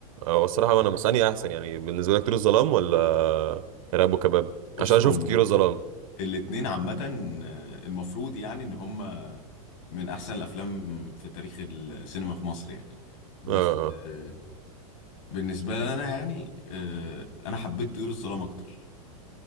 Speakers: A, on the right; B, on the left.
A: هو الصراحه انا مساني احسن يعني بالنسبه لك طيور الظلام ولا ارهاب وكباب
B: بص
A: عشان انا
B: هم
A: شفت طيور الظلام
B: الاتنين عامة آه، المفروض يعني إن هم من أحسن الأفلام في تاريخ السينما في مصر يعني بس
A: اه اه
B: آه، بالنسبة لنا يعني آه، أنا حبيت طيور الظلام أكتر